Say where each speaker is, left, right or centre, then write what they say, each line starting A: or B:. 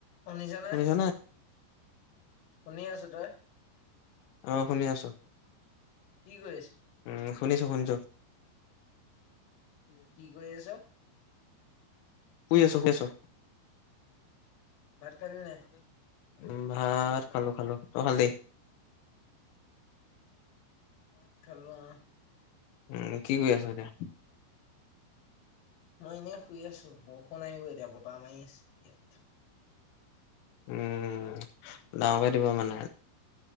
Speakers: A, on the left; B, on the left.
A: শুনিছানে
B: শুনিছ নে?
A: শুনি আছো তই
B: অ' শুনি আছো।
A: কি কৰিছ
B: উম শুনিছোঁ শুনিছোঁ
A: কি কৰি আছ
B: শুই আছোঁ শুই আছোঁ
A: ভাত খালি নাই
B: উম ভাত খালো খালো তই খালি
A: ভাত খালোঁ অহ
B: উম কি কৰি আছ এতিয়া
A: মই এনেই শুই আছোঁ বৰষুণ আহিব এতিয়া বতাহ মাৰি আছে ইয়াত
B: উম ডাঙকে দিব মানে।